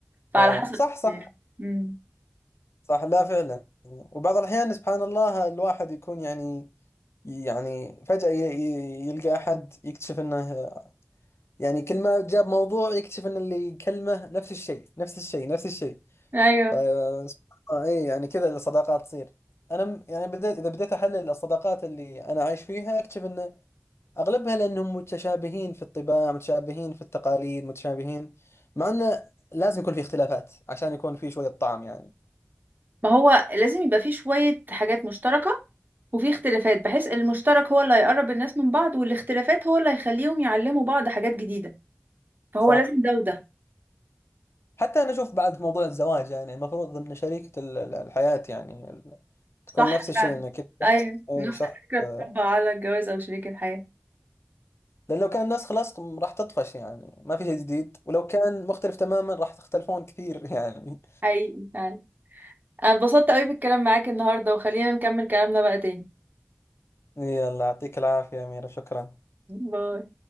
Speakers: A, on the right; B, on the left.
A: فعلى
B: اه
A: حسب
B: صح صح
A: امم
B: صح لا فعلا وبعض الأحيان سبحان الله الواحد يكون يعني يعني فجأة ي- ي- يلقى أحد يكتشف أنه يعني كل ما جاب موضوع يكتشف أن اللي يكلمه نفس الشيء نفس الشيء نفس الشيء
A: ايوه
B: فسبحان الله اي يعني كذا الصداقات تصير انا م- يعني بديت اذا بديت احلل الصداقات اللي انا عايش فيها اكتشف ان اغلبها لانهم متشابهين في الطباع متشابهين في التقاليد متشابهين مع انه لازم يكون في اختلافات عشان يكون في شوية طعم يعني
A: ما هو لازم يبقى فيه شوية حاجات مشتركة وفي اختلافات بحيث المشترك هو اللي هيقرب الناس من بعض والاختلافات هو اللي هيخليهم يعلموا بعض حاجات جديدة فهو
B: صح
A: لازم ده وده
B: حتى انا اشوف بعد موضوع الزواج يعني المفروض ان شريكة ال- ال- الحياة يعني ال-
A: صح
B: تكون نفس الشيء
A: فعلا
B: انه كذا شخص
A: ايوه
B: اي
A: نفس
B: شخص
A: الفكرة
B: آه،
A: بتطبق على الجواز او شريك الحياة
B: لأن لو كان ناس خلاص راح تطفش يعني ما في شيء جديد ولو كان مختلف تماما راح تختلفون كثير <laughs> يعني
A: حقيقي فعلا انا اتبسطت قوي بالكلام معاك النهاردة وخلينا نكمل كلامنا بقى تاني
B: يلا يعطيك العافية يا أميرة شكرا
A: باي